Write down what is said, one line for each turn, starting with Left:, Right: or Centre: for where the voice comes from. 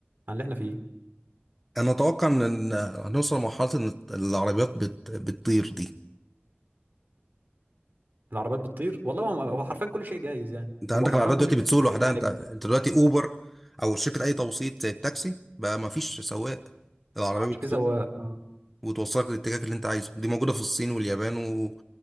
Right: عن اللي احنا فيه
Centre: انا اتوقع ان إن هنوصل لمرحله ان العربيات بت... بتطير دي
Right: العربيات بتطير والله هو هو حرفيا كل شيء جايز يعني
Centre: انت عندك
Right: هو حرفيا
Centre: العربيات
Right: كل
Centre: دلوقتي بتسوق لوحدها
Right: شيء يعني
Centre: انت انت دلوقتي اوبر او شركه اي توصيل زي التاكسي بقى ما فيش سواق العربيه
Right: ما عادش
Centre: بتسوق
Right: في سواق آه.
Centre: وتوصلك للاتجاه اللي انت عايزه دي موجوده في الصين واليابان و...